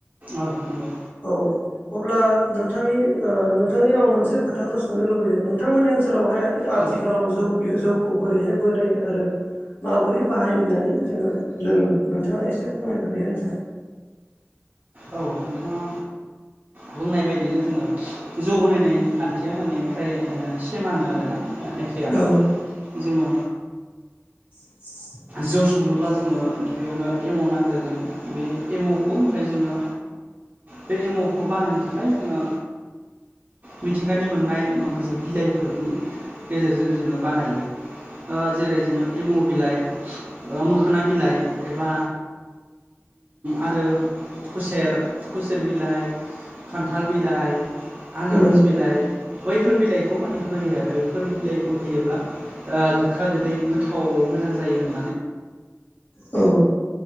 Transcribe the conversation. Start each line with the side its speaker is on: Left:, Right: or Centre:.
Right: औ नंगौ
Left: औ अब्ला नोंथांनि नोंथांनि आं मोनसे खोथाखौ स सोंनो लुबैदों नोंथांमोननि ओनसोलावहाय आथिखालाव
Right: औ
Left: जौ जौ बोरैहाय बोनो आरो माबोरै बाहायनानै जोङो लोंनांगौ नोंथाङा एसे फोरमायनानै होदो।
Right: औ नोंथाङा बुंनाय बदिनो जोङो जौ बोननायनि खान्थिया माने फ्राय सेमानो आरोना। फयानो
Left: औ
Right: जोङो
Left: <inaudible>
Right: जौ संनोब्ला जोङो गिबियावनो एम' नांग्रोगोन बे एम'खौ ओमफ्राय जोङो बे एम अ खौ बानायनो थाखाय जोङो मिथिंगानि मोननाय माखासे बिलाइफोरनि गेजेरजों जोङो बानायो ओ जेरै जोङो एम' बिलाइ मोखोना बिलाइ एबा आरो खुसेर खुसेर बिलाइ खान्थाल बिलाइ आनारस
Left: ओ
Right: बिलाइ बैफोर बिलाइखौ माने होयो आरो बैफोर बिलाइखौ होयोब्ला ओ गोखा गोदै गोथाव मोजां जायो होननानै
Left: औ